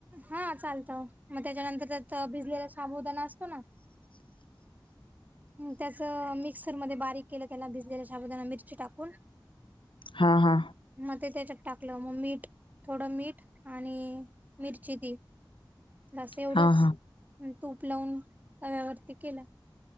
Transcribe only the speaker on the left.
हा हा.
हा हा